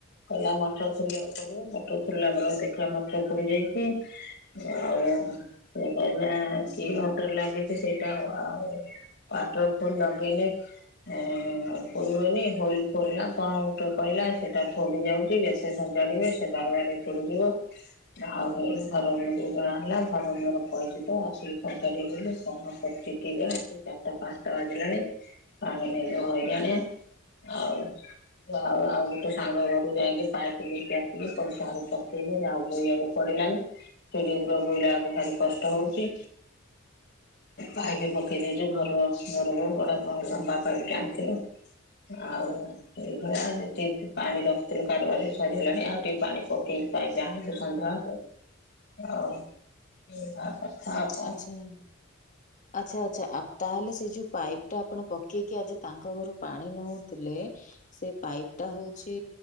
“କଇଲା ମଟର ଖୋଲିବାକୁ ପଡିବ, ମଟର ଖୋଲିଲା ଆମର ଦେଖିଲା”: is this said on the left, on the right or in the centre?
Left